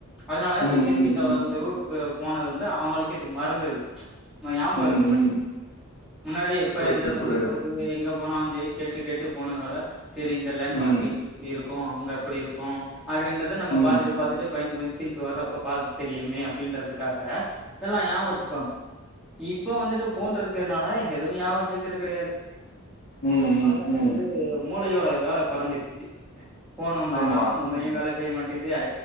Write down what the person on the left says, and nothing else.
ம்
ம்
ம்
ம்
புரியுது
புரியுது
ம்
ம் ம்
ம் ம் ம்
ம்
ஆமா